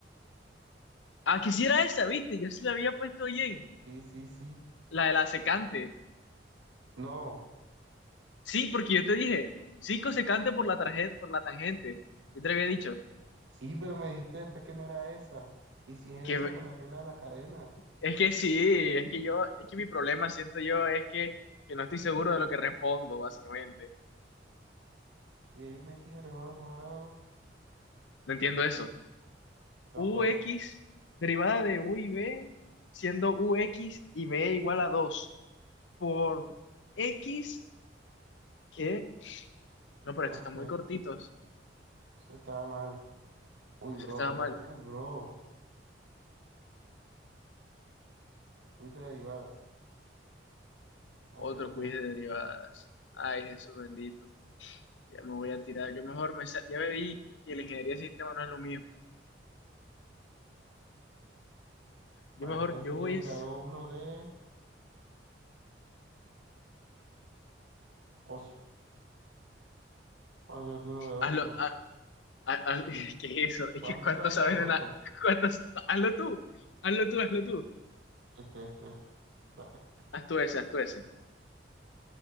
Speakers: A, on the left (about 85°); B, on the right (about 85°).
A: Ah, quisiera esa, ¿viste? Yo sí la había puesto bien.
B: Sí, sí, sí.
A: La de la secante.
B: No.
A: Sí, porque yo te dije, cinco secante por la tarjeta, por la tangente. Yo te lo había dicho.
B: Sí, pero me dijiste después que no era esa. Y si es
A: Y que,
B: esa por la regla de la cadena.
A: es que sí, es que yo, es que mi problema, siento yo, es que, que no estoy seguro de lo que respondo, básicamente.
B: Si hay un x elevado al cuadrado,
A: No entiendo eso.
B: tampoco.
A: UX derivada de U y B, siendo u x y B igual a 2 por X que... No, pero estos
B: No
A: están
B: sé.
A: muy cortitos.
B: Se estaba mal. Uy,
A: Eso
B: bro,
A: estaba
B: pero.
A: mal.
B: Uy, bro. Uy, de derivadas. Vamos
A: Otro
B: a hacerte
A: quiz
B: esto.
A: de derivadas. Ay, Jesús bendito. Ya me voy a tirar. Yo mejor me... sa- Ya me vi y la ingeniería de sistemas no es lo mío. Yo
B: Vale,
A: mejor,
B: entonces
A: yo
B: si quieres
A: voy es...
B: te hago uno de ocio. Vamos a hacerte uno de ocio.
A: Hazlo...
B: ok.
A: a- a- a- <laughs> ¿Qué es eso? Es
B: ¿Cuánto
A: que cuánto
B: sabes
A: sabes
B: de Naruto?
A: de nada. ¿Cuántos... Hazlo tú. Hazlo tú, hazlo tú.
B: Este, este, este. Dale.
A: Haz tú ese, haz tú ese.